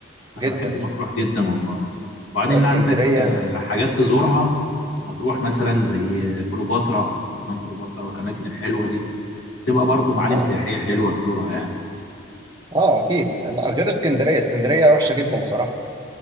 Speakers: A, on the left; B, on the right.
A: انا
B: جدا
A: بحب مطروح جدا والله وبعدين
B: لا اسكندريه
A: عندك آه، حاجات تزورها في مطروح مثلا زي كليوباترا حمام كليوباترا والاماكن الحلوه دي تبقى برضو معالم
B: اه
A: سياحيه حلوه تزورها يعني
B: اه اكيد لا غير اسكندريه اسكندريه وحشه جدا صراحه